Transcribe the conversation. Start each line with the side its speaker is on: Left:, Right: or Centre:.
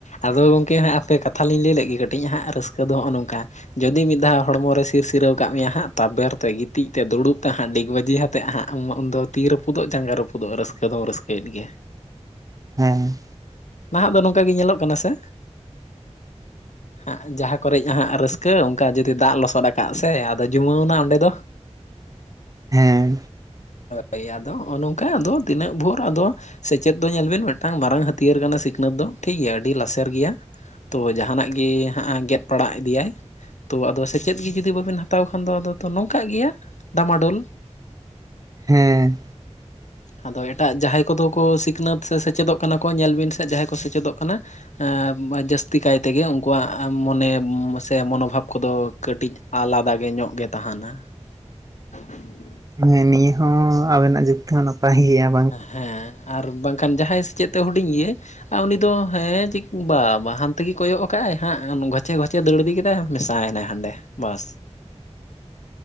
Left: ᱟᱫᱚ ᱜᱚᱝᱠᱮ ᱦᱟᱸᱜ ᱟᱯᱮ ᱠᱟᱛᱷᱟ ᱞᱤᱧ ᱞᱟᱹᱭ ᱞᱟᱜᱤᱜ ᱠᱟᱹᱴᱤᱡ ᱦᱟᱸᱜ ᱨᱟᱹᱥᱠᱟᱹ ᱫᱚ ᱦᱚᱜᱼᱚ ᱱᱚᱝᱠᱟ ᱡᱩᱫᱤ ᱢᱤᱫ ᱫᱷᱟᱣ ᱦᱚᱲᱢᱚ ᱨᱮ ᱥᱤᱨ ᱥᱤᱨᱟᱹᱣ ᱠᱟᱜ ᱢᱮᱭᱟ ᱦᱟᱸᱜ ᱛᱟᱵᱮᱨ ᱛᱮ ᱜᱤᱛᱤᱡ ᱛᱮ ᱫᱩᱲᱩᱵ ᱛᱮ ᱦᱟᱸᱜ ᱰᱤᱜ ᱵᱟᱹᱡᱤ ᱠᱟᱛᱮᱫ ᱦᱟᱸᱜ ᱩᱱᱫᱚ ᱛᱤ ᱨᱟᱹᱯᱩᱫᱚᱜ ᱡᱟᱸᱜᱟ ᱨᱟᱹᱯᱩᱫᱚᱜ ᱨᱟᱹᱥᱠᱟᱹ ᱫᱚᱢ ᱨᱟᱹᱥᱠᱟ ᱭᱮᱫ ᱜᱮᱭᱟ᱾
Right: ᱦᱮ᱾ᱸ
Left: ᱱᱟᱦᱟᱜ ᱫᱚ ᱱᱚᱝᱠᱟ ᱜᱤ ᱧᱮᱞᱚᱜ ᱠᱟᱱᱟ ᱥᱮ᱾ ᱦᱟᱸᱜ ᱡᱟᱦᱟᱸ ᱠᱚᱨᱮᱡ ᱦᱟᱸᱜ ᱨᱟᱹᱥᱠᱟᱹ ᱚᱝᱠᱟ ᱡᱩᱫᱤ ᱫᱟᱜ ᱞᱚᱥᱚᱫ ᱟᱠᱟᱜ ᱥᱮ ᱟᱫᱚ ᱡᱩᱢᱟᱹᱱᱣ ᱱᱟ ᱚᱸᱰᱮ ᱫᱚ᱾
Right: ᱦᱮᱸ
Left: ᱦᱳᱭ ᱟᱫᱚ ᱦᱚᱜᱚ ᱱᱚᱝᱠᱟ ᱟᱫᱚ ᱛᱤᱱᱟᱹᱜ ᱵᱷᱳᱨ ᱟᱫᱚ ᱥᱮᱪᱮᱫ ᱫᱚ ᱧᱮᱞ ᱵᱤᱱ ᱢᱤᱫᱴᱟᱝ ᱢᱟᱨᱟᱝ ᱦᱟᱹᱛ ᱦᱟᱹᱛᱭᱟᱹᱨ ᱠᱟᱱᱟ᱾ ᱥᱤᱠᱷᱱᱟᱹᱛ ᱫᱚ ᱴᱷᱤᱠ ᱜᱮᱭᱟ ᱟᱹᱰᱤ ᱞᱟᱥᱮᱨ ᱜᱮᱭᱟ ᱛᱚᱵᱮ ᱡᱟᱦᱟᱱᱟᱜ ᱜᱤ ᱦᱟᱸᱜ ᱜᱮᱯ ᱯᱟᱲᱟᱜ ᱤᱫᱤᱭᱟᱭ᱾ ᱛᱚ ᱟᱫᱚ ᱥᱮᱪᱮᱫ ᱜᱮ ᱡᱩᱫᱤ ᱵᱟᱹᱵᱤᱱ ᱦᱟᱛᱟᱣ ᱠᱷᱟᱱ ᱫᱚ ᱟᱫᱚ ᱛᱚ ᱱᱚᱝᱠᱟᱜ ᱜᱤᱭᱟ ᱰᱟᱢᱟᱰᱳᱞ᱾ <inaudible>
Right: ᱦᱮᱸ ᱾
Left: ᱟᱫᱚ ᱮᱴᱟᱜ ᱡᱟᱦᱟᱸᱭ ᱠᱚᱫᱚ ᱠᱚ ᱥᱤᱠᱷᱱᱟᱹᱛ ᱥᱮ ᱥᱮᱪᱮᱫᱚᱜ ᱠᱟᱱᱟ ᱠᱚ ᱧᱮᱞ ᱵᱤᱱ ᱥᱮᱫ ᱡᱟᱦᱟᱸᱭ ᱠᱚ ᱥᱮᱪᱮᱫᱚᱜ ᱠᱟᱱᱟ ᱾ ᱮᱸᱻ ᱡᱟᱹᱥᱛᱤ ᱠᱟᱭ ᱛᱮᱜᱮ ᱩᱱᱠᱩᱣᱟᱜ ᱢᱚᱱᱮ ᱥᱮ ᱢᱚᱱᱳᱵᱷᱟᱵᱽ ᱠᱚᱫᱚ ᱠᱟᱹᱴᱤᱡ ᱟᱞᱟᱫᱟ ᱜᱮ ᱧᱚᱜ ᱜᱮ ᱛᱟᱦᱮᱱᱟ ᱾ <unintelligible>
Right: ᱢᱟᱱᱮ ᱱᱤᱭᱟᱹ ᱦᱚᱸ ᱟᱵᱮᱱᱟᱜ ᱡᱩᱠᱛᱤ ᱦᱚᱸ ᱱᱟᱯᱟᱭ ᱜᱮᱭᱟ ᱾
Left: ᱦᱮᱸ ᱟᱨ ᱵᱟᱝᱠᱷᱟᱱ ᱡᱟᱦᱟᱸᱭ ᱥᱮᱪᱮᱫ ᱛᱮ ᱦᱩᱰᱤᱧ ᱜᱤᱭᱟᱹ ᱟᱨ ᱩᱱᱤ ᱫᱚ ᱦᱮᱸ ᱪᱤᱠ ᱵᱟ ᱵᱟᱦ ᱦᱟᱱᱛᱮ ᱜᱤ ᱠᱚᱭᱚᱜ ᱠᱟᱜᱼ ᱟᱭ ᱦᱟᱸᱜ ᱜᱷᱚᱪᱮ ᱜᱷᱚᱪᱮ ᱫᱟᱹᱲ ᱤᱫᱤ ᱛᱮᱦ ᱢᱮᱥᱟᱭᱮᱱᱟᱭ ᱦᱟᱸᱰᱮ ᱵᱟᱥ ᱾